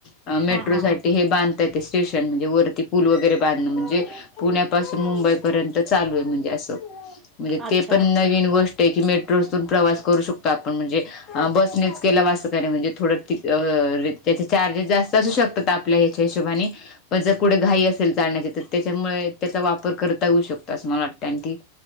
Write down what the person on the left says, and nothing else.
अ मेट्रो
साठी हे बांध स्टेशन म्हणजे वरती पूल वगैरे बांधण. म्हणजे पुण्यापासून मुंबई पर्यंत चालू आहेत. म्हणजे अस. म्हणजे
ते पण नवीन गोष्ट आहे की, मेट्रोतून प्रवास करू शकतो आपण. म्हणजे बसनेच केला वा अस त्याने. म्हणजे थोड अं त्याचे चार्जेस जास्त असू शकतात. आप आपल्या ह्याच्या हिशोबाने पण जर कुठे घाई असेल जाण्याची, तर त्याच्यामुळे त्याचा वापर करता येऊ शकतो. अस मला वाटत. कारण ती